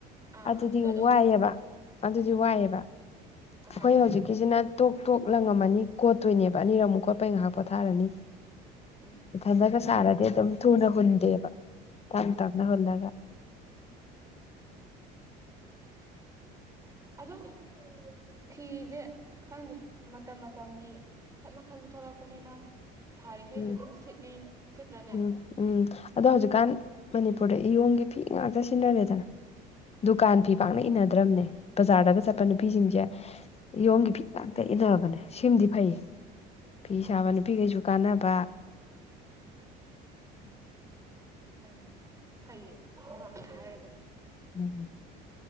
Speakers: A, on the right (about 15°); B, on the left (about 30°).
A: ꯑꯥ
B: ꯑꯗꯨꯗꯤ
A: ꯑꯗꯨꯗꯣ ꯑꯗꯨꯝ
B: ꯋꯥꯏꯑꯕ ꯑꯗꯨꯗꯤ ꯋꯥꯏꯑꯦꯕ
A: ꯑ
B: ꯑꯩꯈꯣꯏ ꯍꯧꯖꯤꯛꯀꯤꯁꯤꯅ ꯇꯣꯛ ꯇꯣꯛ ꯂꯪꯉꯝꯃꯅꯤ ꯀꯣꯠꯇꯣꯏꯅꯦꯕ ꯑꯅꯤꯔꯝꯃꯨꯛ ꯀꯣꯠꯄꯩ ꯉꯥꯏꯍꯥꯛ ꯄꯣꯊꯥꯔꯅꯤ
A: ꯎꯝ
B: ꯏꯟꯊꯂꯒ ꯁꯥꯔꯗꯤ ꯑꯗꯨꯝ ꯊꯨꯅ ꯍꯨꯟꯗꯦꯕ ꯇꯞ
A: ꯎꯝ
B: ꯇꯞꯅ ꯍꯨꯜꯂꯒ
A: ꯑꯗꯨꯝ ꯐꯤꯁꯦ ꯈꯪꯗꯦ ꯃꯇꯝ ꯃꯇꯝꯒꯤ ꯃꯈꯟ ꯃꯈꯟꯁꯨ ꯊꯣꯛꯂꯛꯄꯅꯤꯅ ꯁꯥꯔꯤꯈꯩꯁꯨ
B: ꯎꯝ
A: ꯑꯗꯨꯝ ꯁꯤꯠꯂꯤ ꯁꯤꯠꯇ꯭ꯔꯅꯦ
B: ꯎꯝ ꯎꯝ ꯑꯗꯣ ꯍꯧꯖꯤꯛꯀꯥꯟ ꯃꯅꯤꯄꯨꯔꯗ ꯏꯌꯣꯡꯒꯤ ꯐꯤ ꯉꯥꯛꯇ ꯁꯤꯖꯤꯟꯅꯔꯦꯗꯅ ꯗꯨꯀꯥꯟ ꯐꯤ
A: ꯎꯝ
B: ꯄꯥꯛꯅ ꯏꯟꯗ꯭ꯔꯕꯅꯦ ꯕꯖꯥꯔꯗꯒ ꯆꯠꯄ ꯅꯨꯄꯤꯁꯤꯡꯁꯦ ꯏꯌꯣꯡꯒꯤ ꯐꯤ ꯉꯥꯛꯇ ꯏꯟꯅꯔꯥꯕꯅꯦ ꯁꯤꯃꯗꯤ ꯐꯩꯌꯦ ꯐꯤ ꯁꯥꯕ ꯅꯨꯄꯤꯈꯩꯁꯨ ꯀꯥꯟꯅꯕ
A: ꯎꯝ ꯃꯥꯅꯦ ꯐꯩꯌꯦ ꯑꯃꯔꯣꯝꯗ ꯍꯥꯏꯔꯒꯗꯤ
B: ꯎꯝꯝ